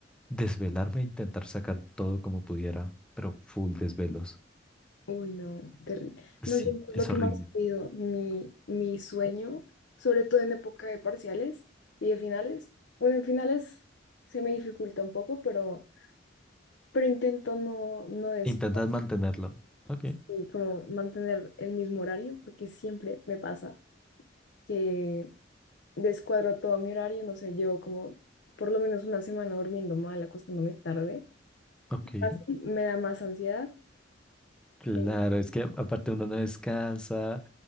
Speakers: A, in the centre; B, on the left.
A: desvelarme e intentar sacar todo como pudiera. Pero full desvelos.
B: Uy, no, terrible.
A: Sí,
B: No, yo es
A: es
B: lo que
A: horrible.
B: más pido, mi, mi sueño, sobre todo en época de parciales y de finales. Bueno, en finales se me dificulta un poco, pero, pero intento no, no descuidar
A: Intentas mantenerlo. Ok.
B: y como mantener el mismo horario, porque siempre me pasa. que descuadro todo mi horario, no sé, llevo como por lo menos una semana durmiendo mal, acostándome tarde.
A: Ok.
B: Es fácil, me da más ansiedad.
A: Claro,
B: eh,
A: es que aparte uno no descansa,